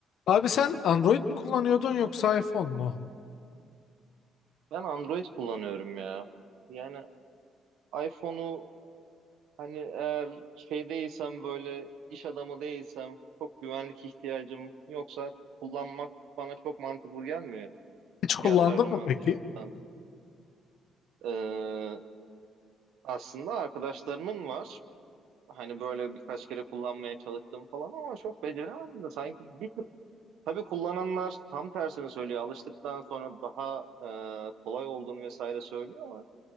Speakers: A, on the left; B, on the right.
A: Abi sen Android mi kullanıyordun yoksa iPhone mu?
B: Ben Android kullanıyorum ya. Yani iPhone'u hani eğer şey değilsem böyle iş adamı değilsem çok güvenlik ihtiyacım yoksa kullanmak bana çok mantıklı gelmiyor
A: Hiç kullandın
B: fiyat performans
A: mı peki?
B: açısından. Ee, aslında arkadaşlarımın var. Hani böyle birkaç kere kullanmaya çalıştım falan ama çok beceremedim de sanki bir tık tabii kullananlar tam tersini söylüyor. Alıştıktan sonra daha e, kolay olduğunu vesaire söylüyor ama